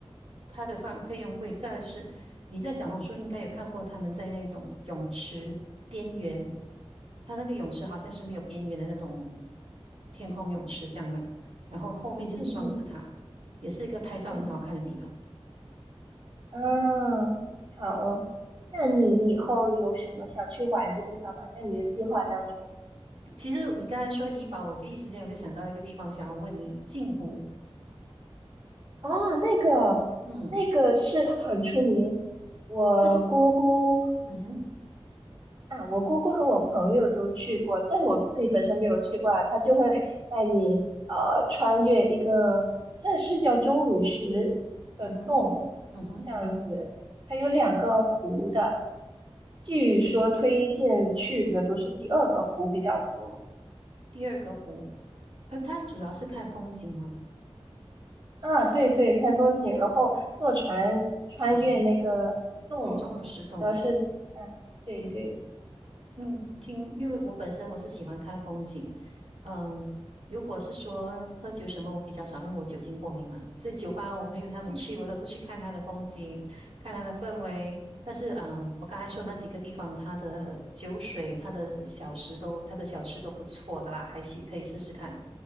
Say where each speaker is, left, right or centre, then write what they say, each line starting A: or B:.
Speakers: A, on the right (about 75°); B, on the right (about 50°).
A: 它的放费用贵。再来就是你在小红书应该有看过他们在那种泳池边缘，它那个泳池好像是没有边缘的那种天空泳池这样的，然后后面就是双子塔，
B: 嗯
A: 也是一个拍照很好看的地方。
B: 嗯，嗯，好。那你以后有什么想去玩的地方吗？在你的计划当中？
A: 其实你刚才说怡宝，我第一时间我就想到一个地方，想要问你，镜湖，
B: 哦，那个，
A: 嗯，
B: 那个是很出名。我姑姑
A: 它是，嗯哼，
B: 啊，我姑姑和我朋友都去过，但是我自己本身没有去过啊。他就会带你呃穿越一个，这是叫钟乳石的洞，
A: 嗯哼，嗯哼，
B: 这样子。它有两个湖的，据说推荐去的都是第二个湖比较多。
A: 第二个湖，呃，它主要是看风景吗？
B: 啊，对对，看风景，然后坐船穿越那个洞，
A: 嗯哼，中了十栋。
B: 主要是，嗯、啊，对对，
A: 嗯嗯，听，因为我本身我是喜欢看风景。嗯，如果是说喝酒什么，我比较少，因为我酒精过敏嘛。所以酒吧我朋友他们去，
B: 嗯，
A: 我都是去看他的风景，看他的氛围。但是嗯，我刚才说那几个地方，他的酒水、他的小食都、他的小吃都不错的啦，还是可以试试看。